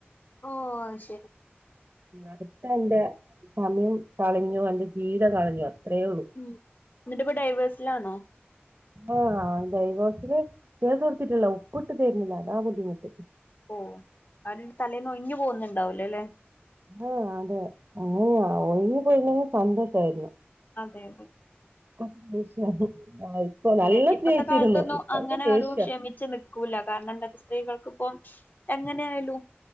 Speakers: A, on the left; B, on the right.
A: ഓ അഹ് ശരി.
B: അടുത്ത എന്റെ സമയം കളഞ്ഞു എന്റെ ജീവിതം കളഞ്ഞു. അത്രേ ഉള്ളൂ
A: ഉം എന്നിട്ട്പ്പ ഡൈവേഴ്സിലാണോ.
B: ആഹ് ഡൈവോസിന് കേസ കൊടുത്തിട്ടുള്ള ഉപ്പിട്ട് തരുന്നില്ല അതാ ബുദ്ധിമുട്ട്.
A: ഓ അവനന്റെ തലേന്ന് ഒഴിഞ്ഞു പോകുന്നുണ്ടാവൂല ല്ലെ.
B: ആഹ അതെ അങ്ങനെയ ഒഴിഞ്ഞ് പോയില്ലെങ്കിൽ സന്തോഷായിരുന്നു.
A: അതെ അതെ
B: <unintelligible> ഇപ്പൊ
A: അല്ലെ
B: നല്ല
A: ഇപ്പത്തെ
B: സ്നേഹിച്ചിരുന്നു
A: കാലത്തൊന്നും
B: ഇപ്പൾക്ക്
A: അങ്ങനെആരു
B: ദേഷ്യ
A: ക്ഷമിച്ച് നിൽക്കൂല്ല, കാരണം എന്താച സ്ത്രീകൾക്കു അപ്പ എങ്ങനെ ആയാലും